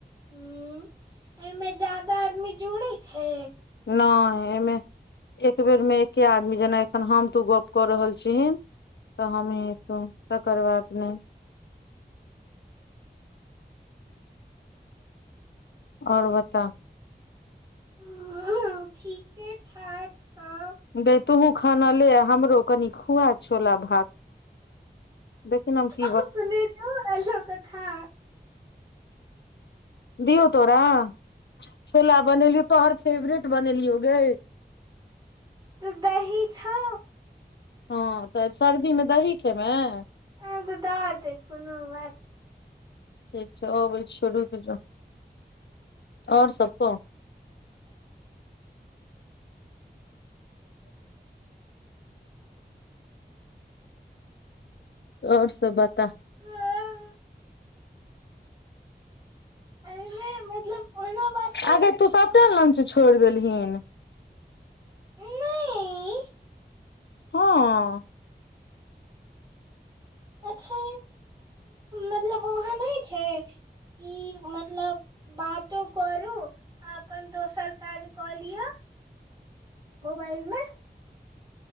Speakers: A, on the right; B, on the left.
A: हुँ एहिमे जादा आदमी जुड़े छै
B: नाइ एहिमे एक बेर मे एके आदमी जेना एखन हम तू गप कऽ रहल छीहिन तऽ हम हि तु तकर बाद नय और बता
A: <unintelligible> ठीके ठाक सब
B: गेय तुहू खान ले हमरो कनि खुआ छोला भात देखि नऽ हम की
A: अपने जो आ लऽ कऽ खा
B: दियौ तोरा छोला बनेलियौ तोहर फेवरेट बनेलियौ गै
A: तऽ दही छौ
B: हँ तऽ सर्दी मे दही खेमेय
A: आ तऽ दऽ दे कोनो बात
B: ठीक छै ओबै छियो रुइक जो आओर सब कह और सब बता
A: एहिमे एहि मे मतलब ओना बात कऽ
B: आगे
A: सकै
B: तू सबटा लंच छोड़ देलहीन
A: छी नहि
B: हँ
A: अच्छा मतलब वहाँ नहि छै की मतलब बातो करू आ अपन दोसर काज कऽ लिअ मोबाइल मे